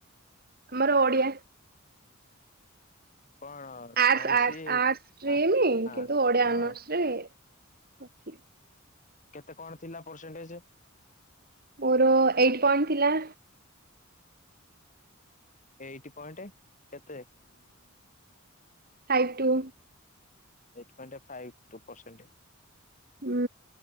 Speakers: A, on the right; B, on the left.
A: ଆମର ଓଡିଆ।
B: କଣ
A: ଆର୍ଟ୍ସ
B: ସାଇନ୍ସ
A: ଆର୍ଟ୍ସ ଆର୍ଟ୍ସ ଷ୍ଟ୍ରିମ୍!
B: ଆ ଆ
A: କିନ୍ତୁ ଓଡିଆ
B: ହଁ
A: ଅନର୍ଶରେ <inaudible>
B: କେତେ କଣ ଥିଲା ପରସେଣ୍ଟେଜ?
A: ମୋର ଏଇଟ ପଣ୍ଟ ଥିଲା।
B: ଏଇତ ପଏଣ୍ଟ କେତେ?
A: Five two.
B: ଏଇଟ୍ ପ ଏନ୍ ଫାଇ ଟୁ ପରସେଣ୍ଟ
A: ହୁଁ,